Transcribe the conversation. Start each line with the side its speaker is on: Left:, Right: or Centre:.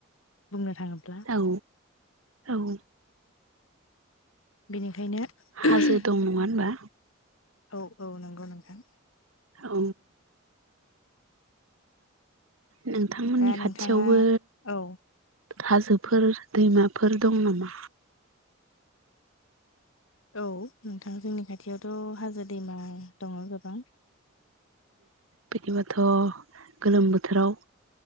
Left: बुंनो थाङोब्ला
Right: औ औ
Left: बेनिखायनो <unintelligible>
Right: हाजो दं नङा होनबा
Left: औ औ नंगौ नोंथां
Right: औ नोंथांमोननि
Left: दा नोंथाङा
Right: खाथियावबो
Left: औ
Right: हाजोफोर दैमाफोर दं नामा
Left: औ नोंथां जोंनि खाथियावथ' हाजो दैमा दङ गोबां
Right: बिदिबाथ' गोलोम बोथोराव